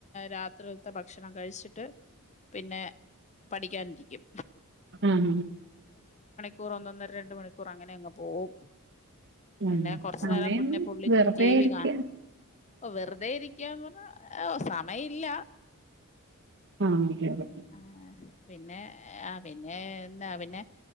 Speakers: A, on the left; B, on the right.
A: രാത്രിത്തെ ഭക്ഷണം കഴിച്ചി ട്ട് പിന്നെ പഠിക്കാനിരിക്കും.
B: ഉം
A: കുറന്തന്ന രണ്ട മണിക്കൂർ അങ്ങനെ അങ്ങ് പോകവും
B: ഉം.
A: പിന്നെ കുറച്ചുന
B: സമയം
A: നേരം പിന്നെ പുള്ളി
B: വെറുതെ
A: ടി വി
B: ഇരിക്ക
A: കാണും അ വെറുതെ ഇരിക്കുകന്ന് പറഞ്ഞാ സമയില്ല
B: ആഹ് അതെ അതെ
A: ആ പിന്നെ പിന്നെന്താ പിന്നെ